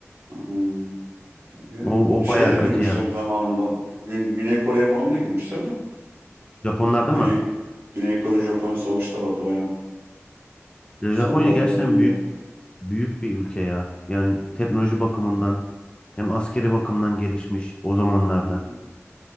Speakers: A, on the right; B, on the left.
A: Hmm. Yani
B: O, o
A: şeye
B: bayağı
A: de
B: kötü
A: girmişler
B: yani.
A: zamanında. Gün, Güney Kore'ye falan da girmişler de.
B: Japonlarda
A: Güney,
B: mı?
A: Güney Kore Japonya savaşı da vardır aynen.
B: Ya
A: Samuraylar
B: Japonya gerçekten
A: iyi
B: büyük
A: ya.
B: büyük bir ülke ya. Yani teknoloji bakımından hem askeri bakımdan gelişmiş o zamanlarda.
A: Hı hı.